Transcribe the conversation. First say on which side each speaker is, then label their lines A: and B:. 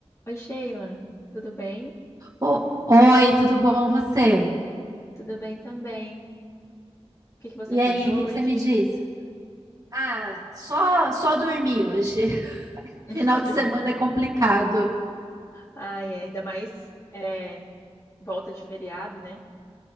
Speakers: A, on the left; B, on the right.
A: Oi, Sheila, tudo bem?
B: O- Oi, tudo bom você?
A: Tudo bem também. O que que você
B: E
A: fez
B: aí,
A: hoje?
B: o que que você me diz? Ah, só só dormi hoje. <laughs>
A: <laughs>
B: Final
A: Só
B: de
A: dormiu.
B: semana é complicado.
A: Ai, é, ainda mais é, volta de feriado, né?